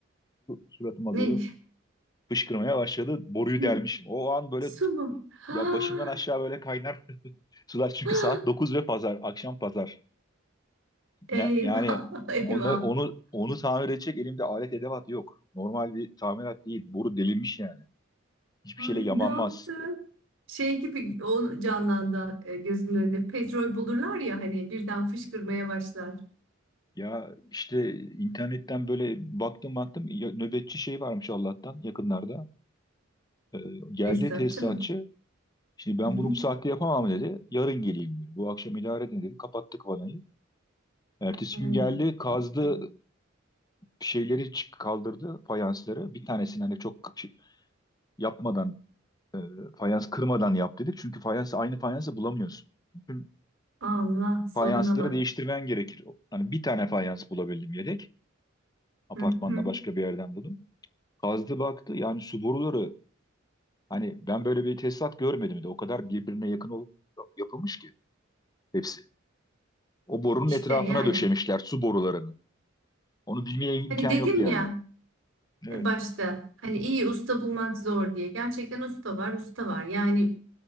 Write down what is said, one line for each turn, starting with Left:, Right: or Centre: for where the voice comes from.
Left: Suratıma
Right: Ne?
Left: doğru fışkırmaya başladı. Boruyu
Right: <laughs>
Left: delmişim. O an böyle
Right: Su mu? Ha.
Left: Ya başımdan aşağı
Right: <gasps>
Left: böyle kaynar <laughs> sular çünkü
Right: Ha.
Left: saat 9 ve pazar, akşam pazar. Ne,
Right: Eyvah.
Left: yani
Right: <laughs>
Left: onu
Right: Eyvah.
Left: onu onu tamir edecek elimde alet edevat yok. Normal bir tamirat değil. Boru delinmiş yani. Hiçbir
Right: Ay
Left: şeyle yamanmaz.
Right: ne yaptım? Şey gibi o canlandı e, gözümün önünde. Petrol bulurlar ya hani birden fışkırmaya başlar.
Left: Ya işte internetten böyle baktım baktım ya- nöbetçi şey varmış Allah'tan yakınlarda. Ee, geldi
Right: Tesisatçı
Left: tesisatçı.
Right: mı?
Left: Şimdi
Right: Hı
Left: ben
Right: hı.
Left: bunu bu saatte yapamam dedi. Yarın geleyim dedi. Bu akşam idare edin dedi. Kapattık vanayı. Ertesi
Right: Hmm.
Left: gün geldi kazdı
Right: Ay.
Left: şeyleri çık- kaldırdı fayansları. Bir tanesini hani çok şey- yapmadan e, fayans kırmadan yap dedi. Çünkü fayansı aynı fayansı bulamıyorsun. Bütün
Right: Allah soruna
Left: fayansları
Right: bak.
Left: değiştirmen gerekir. O- Hani bir tane fayans bulabildim yedek. Apartmanla
Right: Hı hı.
Left: başka bir yerden buldum. Kazdı baktı yani su boruları hani ben böyle bir tesisat görmedim de o kadar birbirine yakın ol- yapılmış ki hepsi. O borunun
Right: İşte
Left: etrafına
Right: yani.
Left: döşemişler su borularını. Onu bilmeye imkan
Right: Hani dedim
Left: yok yani.
Right: ya.
Left: Evet.
Right: E, Başta hani iyi usta bulmak zor diye. Gerçekten usta var, usta var. Yani